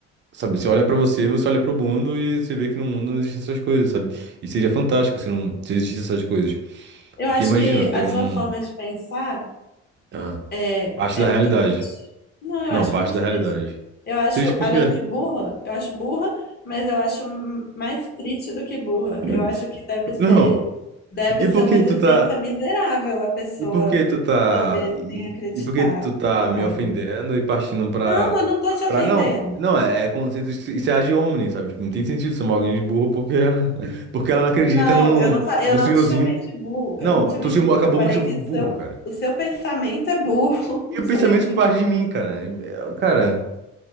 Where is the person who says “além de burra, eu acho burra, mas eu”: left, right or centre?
Left